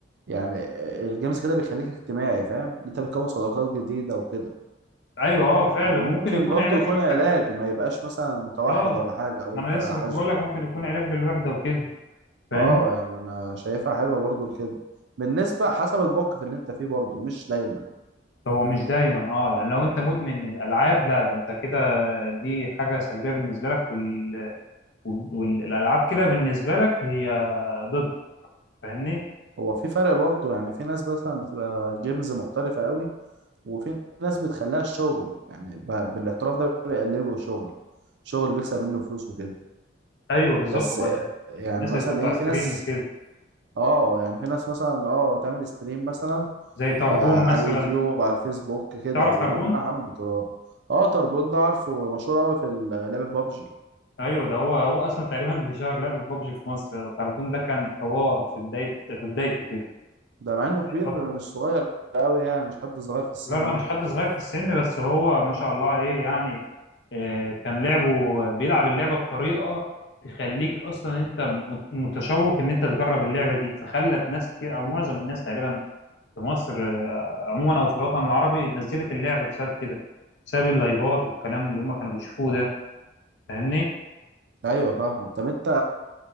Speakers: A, on the right; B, on the left.
A: يعني الجيمز كده بيخليك اجتماعي فاهم انت بتكون صداقات جديده وكده
B: ايوه اه فعلا
A: وممكن
B: ممكن يكون
A: برضو
B: علاج
A: يكون
B: للوحدة
A: علاج ما يبقاش مثلا متوحد
B: اه
A: ولا حاجه او
B: ما
A: انت
B: انا لسه كنت
A: حاج
B: بقول لك ممكن يكون علاج للوحدة وكده فاهمني
A: اه يعني انا شايفها حلوه برضو لكده بالنسبه حسب الموقف اللي انت فيه برضو مش دايما
B: هو مش دايما اه يعني لو انت مدمن الالعاب لا ده انت كده دي حاجه سلبيه بالنسبه لك وال... وال- والالعاب كده بالنسبه لك هي ضد فاهمني
A: هو في فرق برضو يعني في ناس مثلا بتبقى جيمز محترفه قوي وفي ناس بتخليها شغل يعني ب- بالاحتراف ده بيقلبه شغل شغل بيكسب منه فلوس وكده
B: ايوه بالظبط
A: بس
B: هو
A: يعني
B: الناس
A: مثلا
B: اللي بتطلع
A: ايه
B: ستريم
A: في ناس
B: وكده
A: اه يعني في ناس مثلا اه تعمل ستريم مثلا
B: زي تربون
A: آه على
B: مثلا
A: اليوتيوب على الفيسبوك كده
B: تعرف
A: ويقوم
B: تربون
A: رايح عامل بطولات اه تربون ده عارفه مشهور قوي في ال- لعبه بابجي
B: ايوه ده هو هو اصلا تقريبا اللي شهر لعبه ببجي في مصر تربون ده كان حوار في بدايه في بدايته
A: ده مع انه كبير
B: كده
A: مش صغير قوي يعني مش حد صغير في السن
B: لا لا
A: يعني
B: مش حد صغير في السن بس هو ما شاء الله عليه يعني آه، كان لعبه بيلعب اللعبة بطريقة تخليك أصلا أنت م- متشوق إن أنت تجرب اللعبة دي فخلت ناس كتير أو معظم الناس تقريبا في مصر آه، عموما أو في الوطن العربي نزلت اللعبة بسبب كده بسبب اللايفات والكلام اللي هم كانوا بيشوفوه ده فاهمني؟
A: ايوه فاهمك طب انت